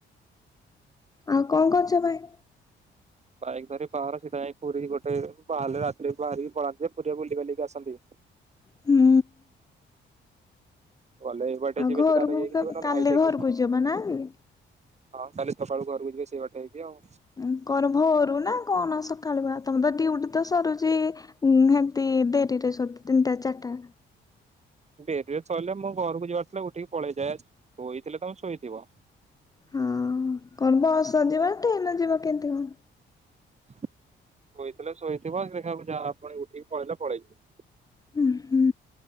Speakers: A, on the left; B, on the right.
A: ଆଉ କଣ କରୁଛ ଭାଇ?
B: ବାଇକ୍ ଧରି ବାହାର ସିଧା ଯାଇ ପୁରୀ ଗୋଟେ ବାହାରିଲ ରାତିରେ ବାହାରିକି ପଳାନ୍ତି ଯେ ପୁରୀରେ ବୁଲି ବାଲିକି ଆସନ୍ତି।
A: ହୁଁ।
B: ଗଲେ ଏଇ ବାଟେ
A: ଆଉ
B: ଯିବେ
A: ଘରକୁ
B: ସିଧା ହେଇକି
A: କ
B: ଯିବେ ନହେଲେ
A: କାଲି
B: ହାଇଟେକ୍
A: ଘରକୁ
B: ହେଇକି
A: ଯିବ ନାଁ କି?
B: ହଁ କାଲି ସକାଳୁ ଘରକୁ ଯିବି ସେଇ ବାଟେ ହେଇକି ଆଉ।
A: ଉଁ କଣ ଭୋରୁ ନା କଣ ସକାଳୁ ବା ତମେ ତ ଡିୟୁଟି ତ ସରୁଛି ଉଁ ହେଟି ଡେରିରେ ସରୁଛି ତିନିଟା ଚାରିଟା।
B: ଡେରିରେ ସରିଲଲେ ମୁଁ ଘରକୁ ଯିବାର ଥିଲେ ଉଠିକି ପଳେଇଯାଏ ଶୋଇଥିଲେ ତମେ ଶୋଇଥିବ।
A: ହଁ କଣ ବସ ଯିବା ନା ଟ୍ରେନରେ ଯିବା କେମତି କଣ
B: ଶୋଇଥିଲେ ଶୋଇଥିବ ଦେଖିଲାବେଳକୁ ଯା ପୁଣି ଉଠିକି ପଳେଇଲେ ପଳେଇିବ।
A: ଉଁ ହୁଁ